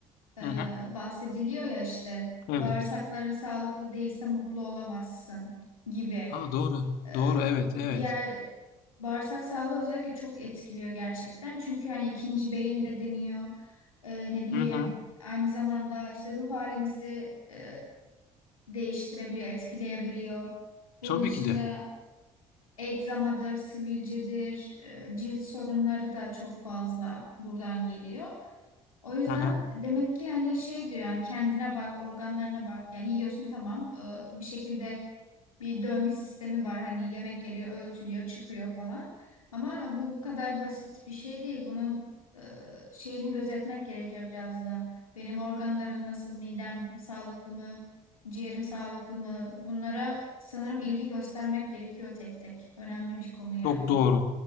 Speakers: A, on the left; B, on the left.
A: Hı
B: e,
A: hı.
B: bahsediliyor ya işte
A: Evet.
B: bağırsakların sağlıklı değilse mutlu olamazsın gibi.
A: Aa, doğru.
B: E,
A: Doğru. Evet. Evet.
B: diğer bağırsak sağlığı özellikle çok etkiliyor gerçekten. Çünkü hani ikinci beyin de deniyor. E, ne bileyim
A: Hı hı.
B: aynı zamanda işte ruh halimizi e, değiştirebiliyor, etkileyebiliyor. Bunun
A: Tabii
B: dışında
A: ki de.
B: egzamadır, sivilcedir, e, cilt sorunları da çok fazla buradan geliyor. O yüzden
A: Hı hı.
B: demek ki hani şey diyor yani kendine bak, organlarına bak. Yani yiyorsun tamam. e, Bir şekilde bir döngü sistemi var. Hani yemek geliyor, ölçülüyor, çıkıyor falan. Ama bu bu kadar basit bir şey değil. Bunun e, şeyini gözetmek gerekiyor biraz da. Benim organlarım nasıl, midem sağlıklı mı, ciğerim sağlıklı mı? Bunlara sanırım ilgi göstermek gerekiyor tek tek. Önemli bir konu yani.
A: Çok doğru.